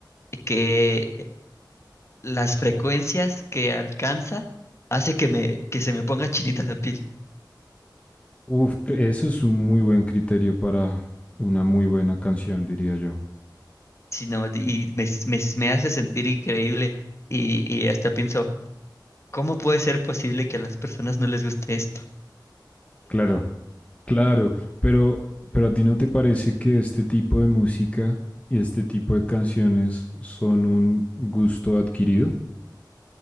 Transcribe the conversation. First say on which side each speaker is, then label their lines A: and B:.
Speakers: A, on the left (about 35°); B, on the left (about 15°).
A: que eh, las frecuencias que alcanza hace que, me, que se me ponga chinita la piel,
B: Uf, que eso es un muy buen criterio para una muy buena canción, diría yo.
A: sino, y me, me me hace sentir increíble y, y hasta pienso... ¿Cómo puede ser posible que a las personas no les guste esto?
B: Claro, Claro, pero, pero a ti no te parece que este tipo de música y este tipo de canciones son un gusto adquirido?